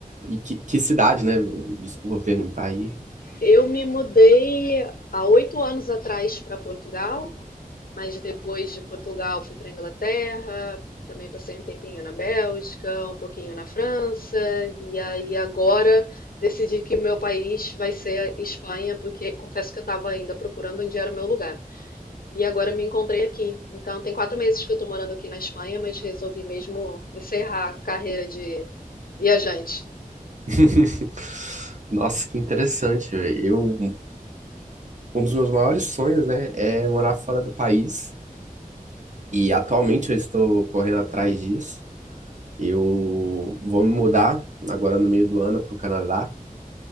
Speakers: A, on the right; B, on the left.
A: E que, que cidade, né? Desculpa perguntar aí.
B: Eu me mudei há oito anos atrás para Portugal Mas depois de Portugal fui para a Inglaterra, também passei um tempinho na Bélgica, um pouquinho na França, e aí agora decidi que o meu país vai ser a Espanha, porque confesso que eu estava ainda procurando onde era o meu lugar. E agora me encontrei aqui. Então tem quatro meses que eu estou morando aqui na Espanha, mas resolvi mesmo encerrar a carreira de viajante.
A: <laughs> Nossa, que interessante. velho. Eu, um dos meus maiores sonhos, né, é morar fora do país. E atualmente eu estou correndo atrás disso. Eu vou me mudar agora no meio do ano para o Canadá.